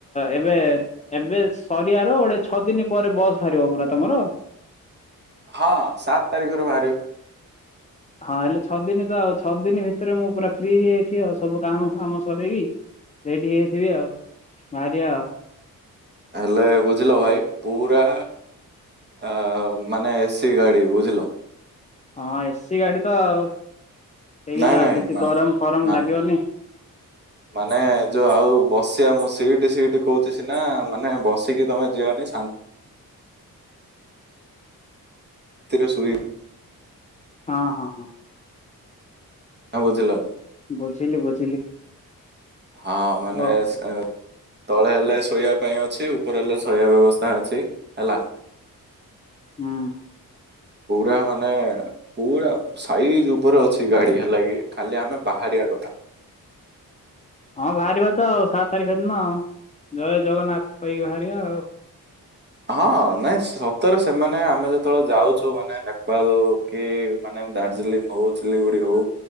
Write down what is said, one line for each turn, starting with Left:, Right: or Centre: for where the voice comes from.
Left: ଏବେ ଏବେ ସରିଆ ର ଗୋଟେ ଛଅ ଦିନ ପରେ ବାହାରିବ ପରା ତମର?
Right: ହଁ ସାତ ତାରିଖରୁ ବାହାରିବ।
Left: ହଁ ହେଲେ ଛଅ ଦିନ ତ ଛଅ ଦିନ ଭିତରେ ମୁଁ ପୁରା ଫ୍ରି ହେଇଯାଇଥିବି ଆଉ। ସବୁ କାମ ଫାମ ସରାଇକି ରେଡି ହେଇଯାଇଥିବି ଆଉ ବାହାରିବା ଆଉ।
Right: ହେଲେ ବୁଝିଲ ଭାଇ ପୁରା ଅ ମାନେ ଏ ସିି ଗାଡି ବୁଝିଲ।
Left: ହଁ, ଏସିି ଗାଡି ତ ଆଉ ହେଇଗଲା
Right: ନାଇଁ ନାଇଁ
Left: ଆଉ କିଛି
Right: ମା
Left: ଗରମ ଫରମ
Right: ମା
Left: ଲାଗିବନି।
Right: ମାନେ ଯୋଉ ଆଉ ବସିଆ ମୁଁ ସିଟ ସିଟ କହୁଚି ସିନା ମାନେ ବସିକି ତମେ ଯିଅନି ଶାନ୍ତି ନ୍ତି ରେ ଶୋଇକି
Left: ହଁ, ହଁ ହଁ।
Right: ନା ବୁଝିଲନି?
Left: ବୁଝିଲି, ବୁଝିଲି।
Right: ହଁ ମାନେ
Left: ହଉ
Right: ସେ ତଳେ ହେଲେ ଶୋଇବା ପାଇଁ ଅଛି, ଉପର ହେଲେ ଶୋଇବା ବ୍ୟବସ୍ଥା ଅଛି ହେଲା।
Left: ହୁଁ।
Right: ପୁରା ମାନେ ପୁରା ସାଇଜ ଉପରେ ଅଛି ଗାଡି ହେଲା କି? ଖାଲି ଆମେ ବାହାରିବା କଥା।
Left: ହଁ ବାହାରିବା ତ ଆଉ ସାତ ତାରିଖ ଦିନ ଆଉ। ଜୟ ଜଗନ୍ନାଥ କହିକି ବାହାରିବା ଆଉ।
Right: ହଁ। ନାଇଁ, ସତରେ ସେମାନେ ଆମେ ଯେତେବେଳେ ଯାଉଚୁ ମାନେ ନେପାଲ କି ମାନେ ଦାର୍ଜିଲିଂ ହଉ ସିଲିଗୁଡି ହଉ